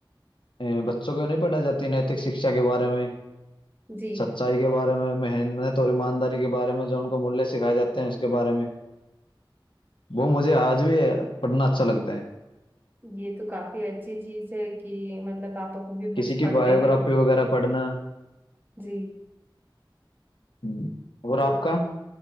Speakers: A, on the left; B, on the right.
A: अ, बच्चों को नहीं पढ़ा जाती नैतिक शिक्षा के बारे में
B: जी
A: सच्चाई के बारे में मेहनत और ईमानदारी के बारे में जो उनको मूल्य सिखाए जाते हैं उसके बारे में वो मुझे आज भी पढ़ना अच्छा लगता है
B: ये तो काफी अच्छी चीज है कि मतलब आप अभी भी बुक्स
A: किसी
B: पढ़ते
A: की बायोग्राफी
B: हैं
A: वगैरह पढ़ना
B: जी
A: हम्म, और
B: तो
A: आपका